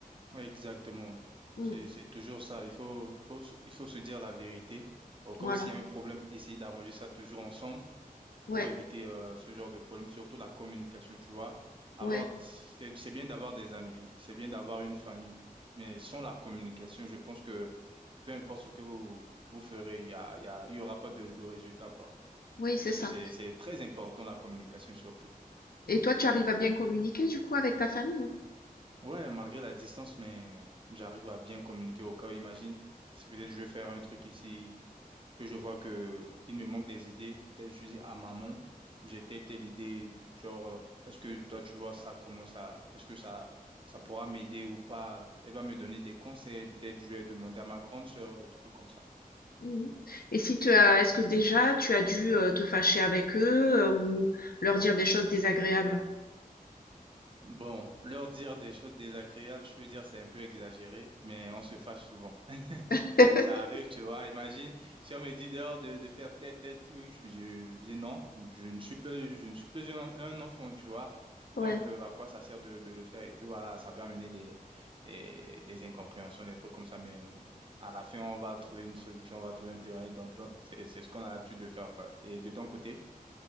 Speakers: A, on the right; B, on the left.
A: Ouais, exactement.
B: Mm,
A: C'est, c'est toujours ça. Il faut, faut, se- il faut se dire la vérité. Au cas
B: voilà.
A: où s'il y a un problème, essayer d'arranger ça toujours ensemble.
B: Ouais,
A: pour éviter euh, ce genre de problème, surtout la communication, tu vois. Avoir,
B: ouais,
A: c'est, c'est bien d'avoir des amis, c'est bien d'avoir une famille, mais sans la communication, je pense que peu importe ce que vous, vous ferez, il y a, il y a- il y aura pas de, de résultat, quoi.
B: oui, c'est
A: Parce
B: ça.
A: que c'est, c'est très important, la communication, surtout.
B: Et toi, tu arrives à bien communiquer du coup avec ta famille?
A: Ouais, malgré la distance, mais euh, j'arrive à bien communiquer au cas où, imagine, si peut-être je vais faire un truc ici que je vois que il me manque des idées, peut-être je dis, ah maman, j'ai telle telle idée, genre, euh, est-ce que toi tu vois ça, comment ça, est-ce que ça, ça pourra m'aider ou pas? Elle va me donner des conseils, peut-être je vais demander à ma grande sœur, des trucs comme ça.
B: Mhm. Et si tu as, est-ce que déjà tu as dû euh, te fâcher avec eux euh, ou leur dire des choses désagréables?
A: Bon, leur dire des choses désagréables, je veux dire, c'est un peu exagéré, mais on se fâche souvent. <laughs>
B: <laughs>
A: Ça arrive, tu vois. Imagine, si on me dit dehors de, de faire tel, tel truc, je, je- je dis non, je ne suis plus, je ne suis plus un, un enfant, tu vois.
B: Ouais.
A: Donc, euh, à quoi ça sert de, de le faire? Et puis voilà, ça peut amener des, des, des incompréhensions, des trucs comme ça, mais à la fin, on va trouver une solution, on va trouver un terrain d'entente. C'est, c'est ce qu'on a l'habitude de faire, quoi. Et de ton côté?